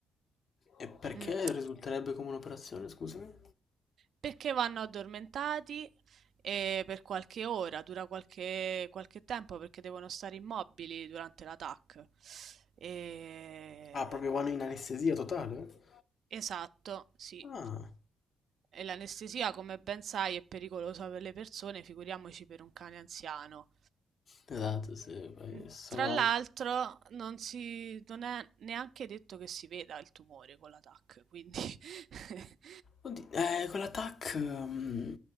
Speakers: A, on the left; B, on the right.
A: E perché
B: Mm,
A: risulterebbe come un'operazione, scusami?
B: Perché vanno addormentati eh, per qualche ora, dura qualche, qualche tempo perché devono stare immobili durante l'attacco. Eh,
A: Ah, proprio vanno in anestesia totale?
B: esatto, sì.
A: Ah,
B: E l'anestesia, come ben sai, è pericolosa per le persone, figuriamoci per un cane anziano.
A: esatto, sì, poi
B: Mm,
A: sono
B: Tra l'altro,
A: anche...
B: non si, non è neanche detto che si veda il tumore con la TAC, quindi <laughs>
A: Oddio, eh, con l'attack, mm,